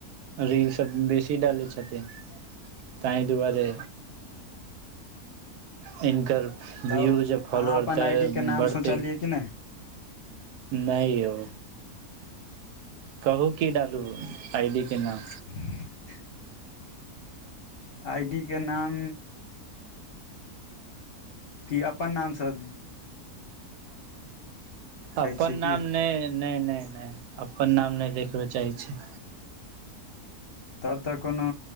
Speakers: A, on the right; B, on the left.
A: रीलसब बेसी डालै छथिन ताहि दुआरे हिनकर
B: तब
A: व्यू जे फोल्लोवेर
B: अहाँ अपन
A: त
B: आई डी के नाम
A: बढ़तइ
B: सोचलियै कि नहि
A: नय यौ कहू की डालू आइडी के नाम
B: ह <inaudible> आइडी के नाम कि अपन नाम सँ
A: अपन
B: छियै
A: नाम
B: की
A: नहि नहि नहि नहि अपन नाम नहि देखबे चाहै छै
B: तब तऽ कोनो